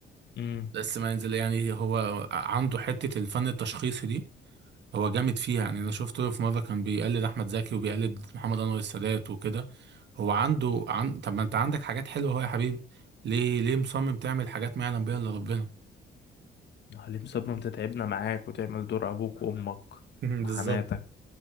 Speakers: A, on the left; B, on the right.
A: امم
B: بس ما ينزل يعني هو عنده حته الفن التشخيصي دي هو جامد فيها يعني انا شفت له في مره كان بيقلد احمد زكي وبيقلد محمد انور السادات وكده هو عنده عن... طب ما انت عندك حاجات حلوه اهو يا حبيبي ليه ليه مصمم تعمل حاجات ما يعلم بيها الا ربنا
A: حليم صبري انت تعبنا معاك وتعمل دور ابوك وامك
B: <laughs> بالظبط
A: وحماتك